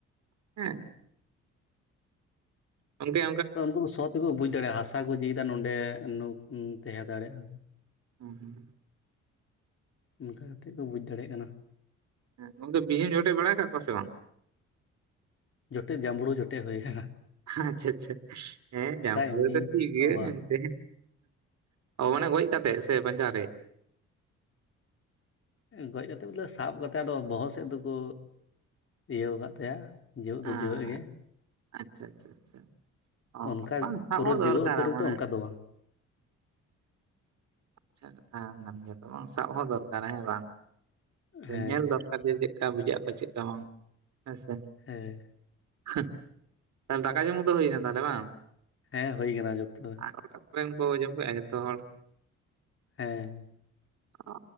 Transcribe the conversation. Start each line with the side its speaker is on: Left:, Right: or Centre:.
Right: ᱦᱮᱸ ᱜᱚᱝᱠᱮᱼᱼ
Left: ᱛᱚ ᱩᱱᱠᱩ ᱠᱩ ᱥᱚ ᱛᱮᱠᱚ ᱵᱩᱡ ᱫᱟᱲᱮᱜᱼᱟ, ᱦᱟᱥᱟ ᱠᱚ ᱡᱤᱭᱫᱟ ᱱᱚᱸᱰᱮᱩ ᱱᱩᱠ ᱛᱟᱦᱮᱸ ᱫᱟᱲᱮᱜᱼᱟ᱾
Right: ᱦᱩ ᱦᱩᱸ᱾
Left: ᱚᱱᱠᱟ ᱠᱟᱛᱮᱜ ᱠᱚ ᱵᱩᱡᱽ ᱫᱟᱲᱮᱭᱟᱜ ᱠᱟᱱᱟ᱾
Right: ᱦᱮᱸ ᱜᱚᱝᱠᱮ ᱵᱤᱧᱮᱢ ᱡᱚᱴᱮᱜ ᱵᱟᱲᱟ ᱠᱟᱜ ᱠᱚᱣᱟ ᱥᱮ ᱵᱟᱝ?
Left: ᱡᱚᱴᱮᱜ ᱡᱟᱸᱵᱽᱲᱩ ᱡᱚᱴᱮᱜ ᱦᱩᱭ ᱠᱟᱱᱟ᱾
Right: ᱟᱪᱷᱟ ᱟᱪᱷᱟ ᱦᱮᱸ ᱡᱥᱢᱵᱽᱲᱩ
Left: ᱮᱢᱱᱤ
Right: ᱫᱚ ᱴᱷᱤᱠ ᱜᱮᱭᱟ
Left: ᱛᱚ ᱵᱟᱝ
Right: ᱮᱱᱛᱮ ᱚ ᱢᱟᱱᱮ ᱜᱚᱡ ᱠᱟᱛᱮᱜ ᱥᱮ ᱵᱟᱧᱪᱟᱣ ᱨᱮ?
Left: ᱜᱚᱡ ᱠᱟᱛᱮᱜ ᱵᱚᱞᱮ ᱥᱟᱵ ᱠᱟᱛᱮᱜ ᱟᱫᱚ ᱵᱚᱦᱚᱜ ᱥᱮᱜ ᱫᱚᱠᱚ ᱤᱭᱟᱹᱣ ᱠᱟᱜ ᱛᱟᱭᱟ ᱡᱤᱣᱮᱫ
Right: ᱟ
Left: ᱫᱚ ᱡᱤᱣᱮᱫ ᱜᱮ
Right: ᱟᱪᱷᱟ ᱟᱪᱷᱟ ᱟᱪᱷᱟ᱾ ᱚ
Left: ᱚᱱᱠᱟ
Right: ᱵᱟᱝ ᱥᱟᱵ
Left: ᱯᱩᱨᱟᱹ
Right: ᱦᱚ ᱫᱚᱨᱠᱟᱨᱟ
Left: ᱡᱤᱣᱮᱫ ᱩᱛᱟᱹᱨ ᱨᱮᱫᱚ
Right: ᱢᱟᱱᱮᱼᱼ
Left: ᱚᱱᱠᱟ ᱫᱚ ᱵᱟᱝ
Right: ᱟᱪᱷᱟ <unintelligible> ᱠᱟᱱ ᱜᱮᱭᱟ ᱛᱚ ᱵᱟᱝ ᱥᱟᱵ ᱦᱚᱸ ᱫᱚᱨᱠᱟᱨ ᱦᱮᱸ ᱵᱟᱝ
Left: ᱦᱮᱸ
Right: ᱧᱮᱞ ᱫᱚᱨ ᱟᱫᱷᱮ ᱪᱮᱜᱠᱟ ᱵᱩᱡᱷᱟᱹᱜ ᱟᱠᱚ ᱪᱮᱜᱠᱟ ᱵᱟᱝ, ᱦᱮᱸ ᱥᱮ?
Left: ᱦᱮᱸ᱾
Right: ᱦᱟᱺ ᱛᱟᱞ ᱫᱟᱠᱟ ᱡᱚᱢ ᱠᱚᱫᱚ ᱦᱩᱭᱱᱟ ᱛᱟᱦᱞᱮ ᱵᱟᱝ?
Left: ᱦᱮᱸ ᱦᱩᱭ ᱠᱟᱱᱟ ᱡᱚᱛᱚ
Right: ᱟᱨ ᱚᱲᱟᱜ ᱠᱚᱨᱮᱱ ᱠᱚ ᱡᱚᱢ ᱠᱮᱜᱼᱟ ᱡᱷᱚᱛᱚ ᱦᱚᱲ?
Left: ᱦᱮᱸ᱾
Right: ᱚᱻ